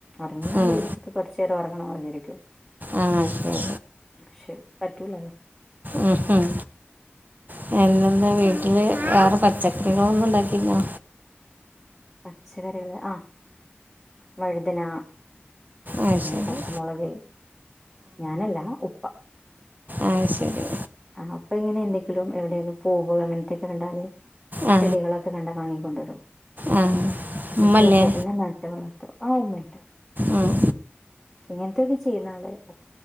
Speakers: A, in the centre; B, on the right.
A: ഒറങ്ങുന്നെങ്കിൽ
B: ഉം.
A: ഉച്ച ക്ക് കൊറച്ചേരം ഒറങ്ങണോന്ന് വിചാരിക്കും.
B: ആഹ് ശരി.
A: പക്ഷെ പറ്റൂലാല്ലോ.
B: ഉംഹും. പിന്നെന്താ വീട്ടില് വേറെ പച്ചക്കറികളൊന്നും ഉണ്ടാക്കീട്ട്ല്ലാ?
A: പച്ചക്കറികള് ആഹ് വഴുതന
B: ആ
A: പിന്നെ
B: ശരി
A: പ പച്ചമുളക് ഞാനല്ല ഉപ്പ.
B: ആഹ് ശരി.
A: ആഹ് ഉപ്പ ഇങ്ങനെ എന്തെങ്കിലും എവിടെയെക്കെ പൂവ് അങ്ങനത്തെക്കെ കണ്ടാല്,
B: ആ
A: ചെടികളൊ ക്കെ കണ്ടാ വാങ്ങിക്കൊണ്ടരും.
B: ആ
A: എന്നിട്ട്
B: ഉമ്മല്ലേ
A: ഉപ്പ തന്നെ ന ട്ട് വളർത്തും. ആ ഉമ്മയുണ്ട്.
B: ഉം.
A: പക്ഷെ ഇങ്ങനത്തെയൊക്കെ ചെയ്യുന്ന ആള് ഉ